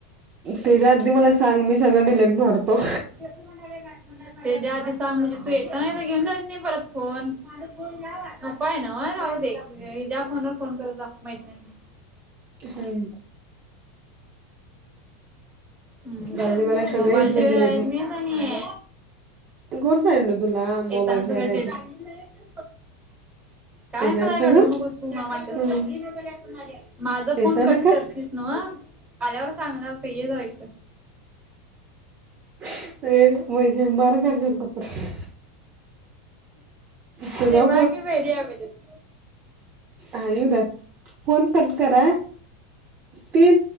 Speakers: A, on the right; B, on the right.
A: तेज्या आधी मला सांग मी सगळ डिलेट मारतो.
B: <unintelligible> त्याज्या आधी सांग म्हणजे तू येत ना घेऊन जा ना परत फोन नको ये ना व राहू दे ज्या फोन वर फोन करत जा मैत्रिणींचे
A: हम्म
B: हम्म बर
A: म्हणजे मला सगळे
B: मोबाईल
A: इथले
B: शेर
A: डिलेट
B: आयेत ना नयी ये
A: कोण सांगितलं तुला मोबाईलच्या
B: येताना सगळ
A: वर आहेत
B: डेलीट काय
A: येताना
B: म
A: सगळं
B: घडवू नको तू <unintelligible>
A: हम्म
B: माझा
A: येताना
B: फोन कट
A: का
B: करतेस न व आल्यावर सांगणारस ये जरा इते
A: <unintelligible> तुझा
B: समा कि फेरीया मजे मज
A: अ यऊदत, फोन कट करा ती